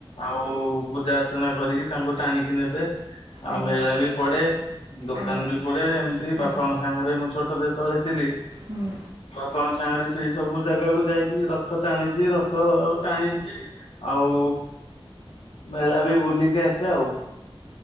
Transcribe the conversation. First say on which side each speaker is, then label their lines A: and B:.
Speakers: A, on the left; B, on the right.
A: ଆଉ ପୂଜା ଅର୍ଚ୍ଚନା କରିକି ତାଙ୍କୁ ଟାଣିକି ନେବେ। ଆଉ
B: ଆଜ୍ଞା
A: ମେଳା ବି ପଡେ, ଦୋକାନ
B: ଆଜ୍ଞା
A: ବି ପଡେ, ଏମିତି
B: ଆଜ୍ଞା
A: ବାପାଙ୍କ ସାଙ୍ଗରେ ମୁଁ ଛୋଟ ଯେତେବେଳେ ଥିଲି।
B: ହୁଁ
A: ଆପଣଙ୍କ ସାଙ୍ଗରେ ସେଇ ସବୁ ଜାଗାକୁ ଯାଇକି ରଥ ଟାଣିଛି ରଥ ଟାଣଛି। ଆଉ ମେଳା ବି ବୁଲିକି ଆସେ ଆଉ!